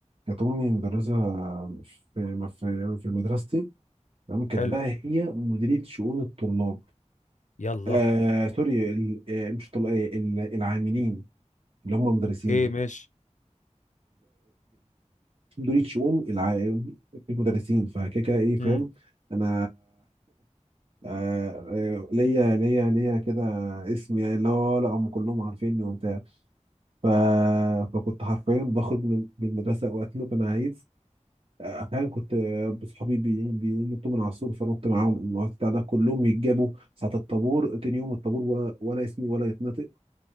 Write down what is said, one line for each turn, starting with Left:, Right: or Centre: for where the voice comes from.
Right: كانت امي مدرسة آه، في ما في في مدرستي تمام كانت
Left: حلو
Right: بقى هي مديرية شؤون الطلاب
Left: يلا
Right: آه سوري ال- آه، مش طلاب آه، ال- العاملين اللي هم مدرسين
Left: اوكي ماشي
Right: مديرية شؤون الع- المدرسين فكده كده ايه فاهم
Left: امم
Right: انا آه، آه، ليا ليا ليا كده اسم يعني لا لا هم كلهم عارفيني وبتاع ف... فكنت حرفيا بخرج من من المدرسة وقت ما أنا عايز أحيانا كنت آه، بصحابي بي- بينطوا من على السور فنط معاهم الوقت بتاع ده كلهم يتجابوا ساعة الطابور تاني يوم الطابور ولا, ولا اسمي ولا يتنطق